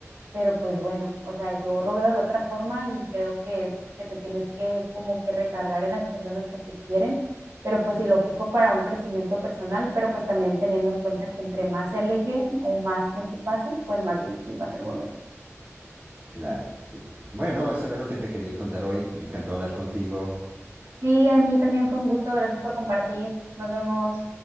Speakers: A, on the right; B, on the right.
A: pero pues bueno, o sea, yo lo veo de otra forma y creo que es que te tienes que como que recargar en las personas que te quieren, pero pues si lo ocupo para un crecimiento personal, pero pues también teniendo en cuenta que entre más se alejen o más tiempo pase, pues más difícil va a ser volver.
B: Claro, sí. Bueno, eso era lo que te quería contar hoy. Me encantó hablar contigo.
A: Sí, a mí también fue un gusto. Gracias por compartir. Nos vemos.